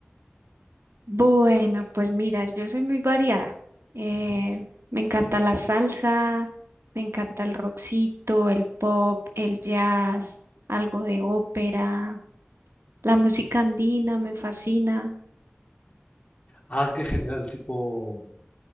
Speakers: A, on the right; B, on the left.
A: Bueno, pues mira, yo soy muy variada. Eh,
B: Ujú.
A: me encanta la salsa, me encanta el rockcito, el pop, el jazz, algo de ópera, la música andina me fascina.
B: Ah, qué genial. Tipo,